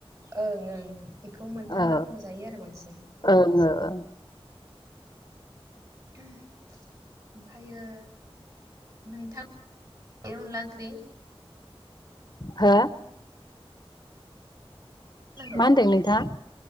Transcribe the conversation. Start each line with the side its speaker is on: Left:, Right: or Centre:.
Right: ओं ओं बेखौ मोनथाम
Left: ओ
Right: रोखोमाव जायो आरो बांसिन
Left: ओं ओं
Right: <unintelligible> ओमफ्रायो नोंथां देयो अन्ला ओंख्रि
Left: हो
Right: नांगौ
Left: मा होनदों नोंथां